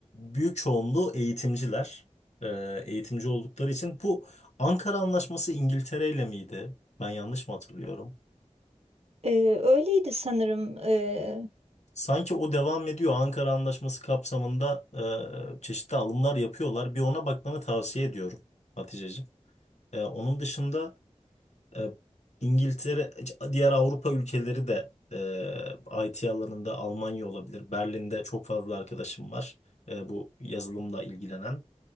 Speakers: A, on the left; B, on the right.
A: büyük çoğunluğu eğitimciler. Ee, eğitimci oldukları için bu Ankara Anlaşması İngiltere ile miydi? Ben yanlış mı hatırlıyorum?
B: E, öyleydi sanırım. E,
A: Sanki o devam ediyor. Ankara Anlaşması kapsamında e, çeşitli alımlar yapıyorlar. Bir ona bakmanı tavsiye ediyorum Haticeciğim. Ee, onun dışında E, İngiltere, diğer Avrupa ülkeleri de e, IT alanında Almanya olabilir. Berlin'de çok fazla arkadaşım var e, bu yazılımla ilgilenen.